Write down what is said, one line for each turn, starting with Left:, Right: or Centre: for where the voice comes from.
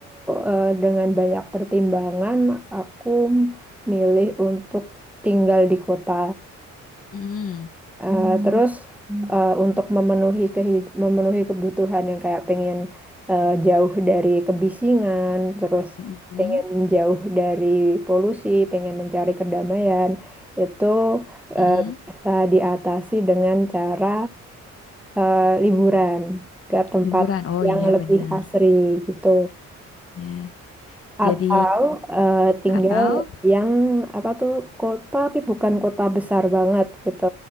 Centre: eh, dengan banyak pertimbangan, aku milih untuk tinggal di kota.
Left: Mm.
Centre: Eh, terus eh, untuk memenuhi kehid- memenuhi kebutuhan yang kayak pengen eh, jauh dari kebisingan, terus
Left: Mm-mm,
Centre: pengen jauh dari polusi, pengen mencari kedamaian, itu eh,
Left: mm-mm.
Centre: bisa diatasi dengan cara eh, liburan ke tempat
Left: Liburan. Oh
Centre: yang
Left: iya
Centre: lebih
Left: benar.
Centre: asri gitu.
Left: Ya. Jadi
Centre: Atau eh, tinggal
Left: atau
Centre: yang apa tuh kota tapi bukan kota besar banget gitu.